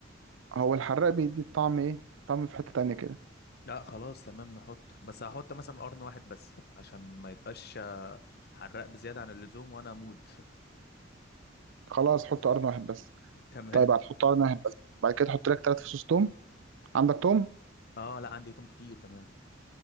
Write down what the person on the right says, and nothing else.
هو الحراق بيدي الطعم ايه طعم في حتة تانية كده
خلاص حط قرن واحد بس
طيب هتحط قرن واحد بس بعد كده تحط لك تلات فصوص توم عندك توم